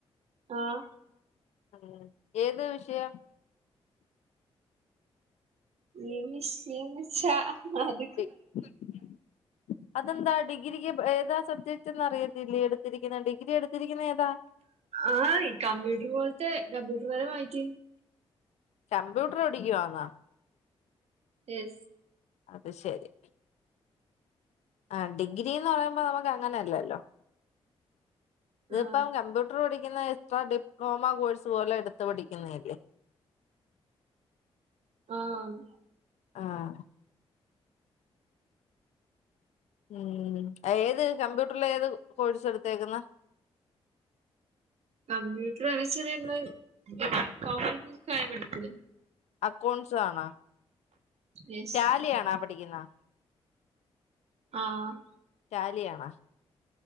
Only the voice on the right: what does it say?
ആഹ്
ഏത് വിഷയെന്നെച്ചാ അത്
ആഹ് കമ്പ്യൂട്ട്റ് പോല്ത്തെ കംമ്പ്യൂട്ട്റ്പരമായിറ്റ്.
എസ്
ആഹ്
ആഹ്
കമ്പ്യൂട്ടറ് <unintelligible> അക്കൌണ്ടിംഗ്സാ പഠിച്ചത്.
യെസ്
ആഹ്